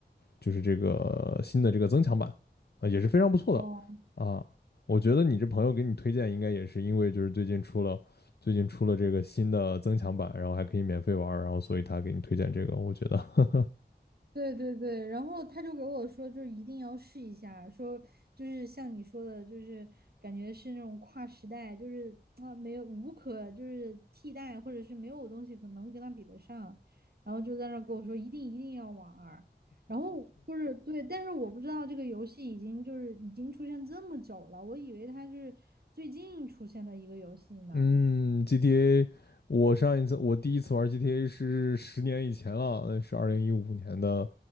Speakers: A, on the left (about 65°); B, on the right (about 60°).
A: 就是这个新的这个增强版啊，也是非常不错的啊。
B: 哦，
A: 我觉得你这朋友给你推荐，应该也是因为就是最近出了最近出了这个新的增强版，然后还可以免费玩然后所以他给你推荐这个，我觉得
B: 对对对，然后他就给我说，就是一定要试一下，说就是像你说的，就是感觉是那种跨时代，就是啊没有无可就是替代，或者是没有东西可能跟他比得上，然后就在那儿跟我说一定一定要玩儿，然后就是对，但是我不知道这个游戏已经就是已经出现这么久了，我以为它是最近出现的一个游戏呢。
A: 嗯，GTA，我上一次我第一次玩 GTA 是十年以前了，那是二零一五年的，